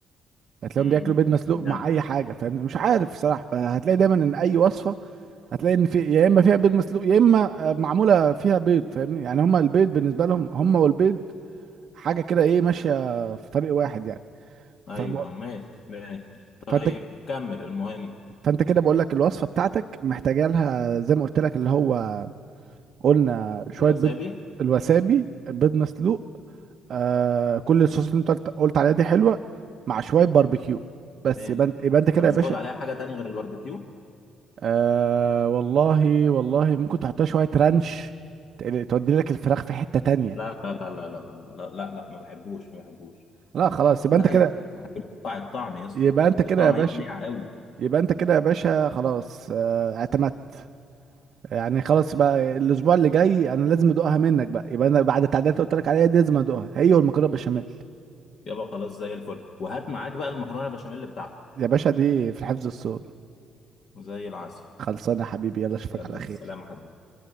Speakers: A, on the right; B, on the left.
A: هتلاقيهم
B: امم
A: بياكلوا بيض مسلوق
B: يعني
A: مع اي حاجه فاهم مش عارف صراحه هتلاقي دايما ان اي وصفه هتلاقي ان في يا اما فيها بيض مسلوق يا اما آه، معموله فيها بيض فاهمني يعني هم البيض بالنسبه لهم هم والبيض حاجه كده ايه ماشيه في طريق واحد يعني
B: ايوه
A: فب...
B: آه، ماشي ماشي طيب
A: فانت
B: كمل المهم
A: فانت كده بقول لك الوصفه بتاعتك محتاجه لها زي ما قلت لك اللي هو قلنا شويه
B: الوسابي
A: بيض الوسابي بيض مسلوق آه كل الصوصات اللي انت قلت قلت عليها دي حلوه مع شويه باربيكيو بس
B: ماشي
A: يبقى انت يبقى انت كده
B: طب ازود
A: يا باشا
B: عليها حاجه تانية غير الباربيكيو
A: آه والله والله ممكن تحطها شويه رانش تقل- تودي لك الفراخ في حته تانية
B: لا لا لا لا لا لا لا لا, لا ما بحبوش ما بحبوش
A: لا خلاص يبقى
B: ده
A: انت كده
B: هيبقى هيبقى الطعم يا اسطى
A: يبقى
B: الطعم
A: انت كده يا باشا
B: هيبقى ناعم قوي
A: يبقى انت كده يا باشا خلاص آه اعتمدت يعني خلاص بقى الاسبوع اللي جاي انا لازم ادوقها منك بقى يبقى انا بعد التعديلات اللي قلت لك عليها دي لازم ادوقها هي والمكرونه بشاميل
B: يبقى خلاص زي الفل وهات معاك بقى المكرونه البشاميل بتاعتك
A: يا باشا دي في الحفظ الصون
B: زي العسل
A: خلصانه يا حبيبي يلا اشوفك
B: يلا
A: على
B: بالسلامه
A: خير
B: حبيبي